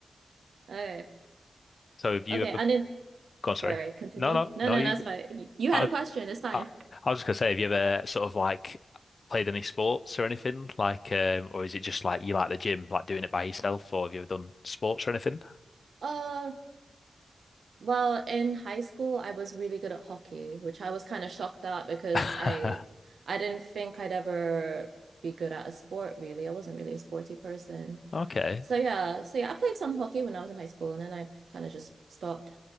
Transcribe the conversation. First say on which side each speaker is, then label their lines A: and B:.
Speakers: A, on the right; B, on the left.
A: Okay.
B: So have you
A: Okay,
B: ever
A: and then
B: Go on, sorry.
A: sorry, continue.
B: No, no,
A: No,
B: no.
A: no,
B: You,
A: no, it's fine. You you had
B: I,
A: a question. It's fine.
B: I, I was just gonna say, have you ever sort of like played any sports or anything? Like, um, or is it just like you like the gym, like doing it by yourself, or have you ever done sports or anything?
A: Uh, Well, in high school, I was really good at hockey, which I was kind of shocked at because
B: <laughs>
A: I I didn't think I'd ever be good at a sport, really. I wasn't really a sporty person.
B: Okay.
A: So yeah, so yeah, I played some hockey when I was in high school and then I kind of just stopped.